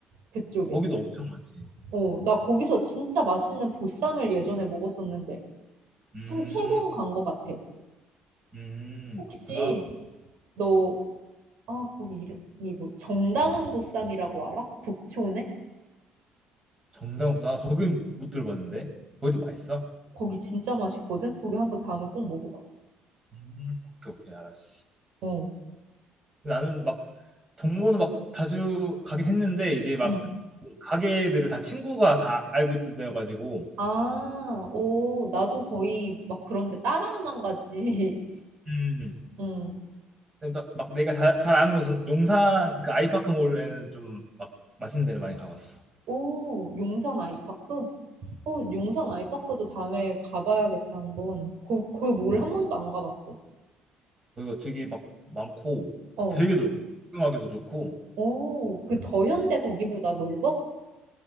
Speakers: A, on the right; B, on the right.
A: 그쪽에.
B: 거기도 엄청 많지.
A: 어, 나 거기서 진짜 맛있는 보쌈을 예전에 먹었었는데
B: 음,
A: 한 세 번 간 것 같아.
B: 음,
A: 혹시
B: 그렇구나.
A: 너 아, 거기 이름이 뭐, 정다문 보쌈이라고 알아? 북촌에?
B: 정당보다 아, 거긴 못 들어봤는데. 거기도 맛있어?
A: 거기 진짜 맛있거든? 거기 한번 다음에 꼭 먹어봐.
B: 음, 오케이, 오케이, 알았어.
A: 어.
B: 나는 막 동호는 막 자주 가긴 했는데 이제 막
A: 응.
B: 가게들을 다 친구가 다 알고 있던 데여가지고
A: 아, 오, 나도 거의 막 그런데 따라만 가지.
B: 음,
A: <laughs> 응.
B: 막, 막 내가 잘, 잘 아는 곳은 용산 그 아이파크몰에는 좀 막 맛있는 데를 많이 가봤어.
A: 오, 용산 아이파크? 어,
B: 음.
A: 용산 아이파크도 다음에 가봐야겠다, 한번. 거, 거기 뭘 한 번도 안 가봤어.
B: 거기가 되게 막 많고
A: 어.
B: 되게 넓고 구경하기도 좋고
A: 오, 그 더현대 거기보다 넓어?